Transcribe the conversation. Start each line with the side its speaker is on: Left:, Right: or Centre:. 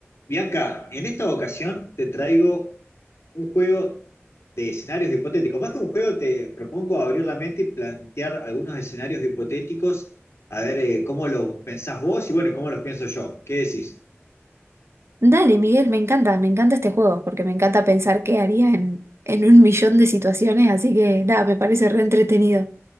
Left: Bianca, en esta ocasión te traigo un juego de escenarios hipotéticos. Más que un juego, te propongo abrir la mente y plantear algunos escenarios hipotéticos, a ver eh, cómo los pensás vos y bueno, cómo los pienso yo. ¿Qué decís?
Right: Dale, Miguel, me encanta, me encanta este juego, porque me encanta pensar qué haría en, en un millón de situaciones, así que nada, me parece re entretenido.